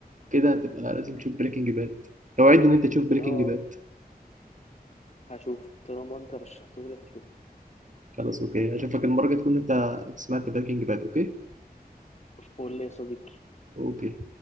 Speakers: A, on the right (about 50°); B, on the left (about 45°).
A: كده هتبقى لازم تشوف بريكنج باد اوعدني ان انت تشوف بريكنج
B: اه
A: باد
B: هشوفه طالما انت رشحتهولي هشوفه
A: خلاص اوكي اشوفك المرة الجاية تكون انت سمعت بريكنج باد اوكي
B: قول لي يا صديقي
A: اوكي